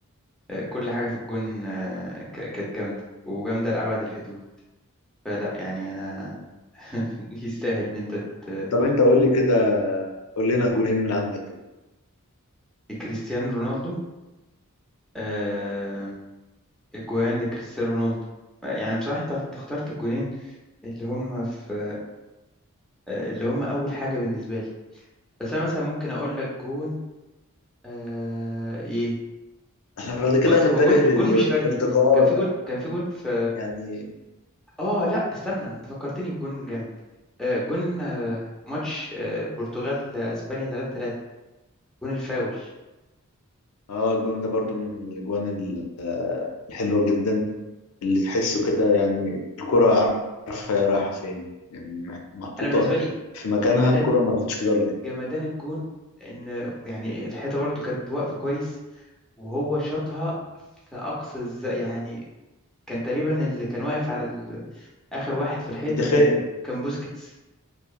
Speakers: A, in the centre; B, on the left.
A: آه، كل حاجة في الجون آه، ك- كانت جامدة وجامدة لأبعد الحدود فلا يعني أنا <laughs> يستاهل إن أنت ت-
B: طب انت قول لي كده قول لنا جونين من عندك
A: كريستيانو رونالدو آه، أجوان لكريستيانو رونالدو يعني بصراحة أنت اخترت الجونين اللي هم في آه، اللي هم أول حاجة بالنسبة لي بس أنا مثلا ممكن أقول لك جون آه، إيه
B: احنا بعد كده
A: بص هو
B: هنتجه
A: جون
B: للارتقاءات
A: جون مش فردي كان في
B: بقى
A: جون كان في جون في
B: يعني
A: اه لا استنى انت فكرتني بجون جامد آه، جون آه، ماتش آه، برتغال آه، اسبانيا 3 3 جون الفاول
B: اه الجون ده برضو من الاجوان ال- الحلوه جدا اللي تحسه كده يعني الكره عار- عارفه هي رايحه فين يعني مح- محطوطه
A: انا بالنسبه لي
B: في مكانها
A: جمدان
B: الكره ما راحتش كده ولا كده
A: جمدان الجون ان آه، يعني الحيطه برضو كانت واقفه كويس وهو شاطها في اقصى الز... يعني كان تقريبا اللي كان واقف على ال... اخر واحد في الحيطه
B: دي
A: كان
B: خيال
A: كان بوسكيتس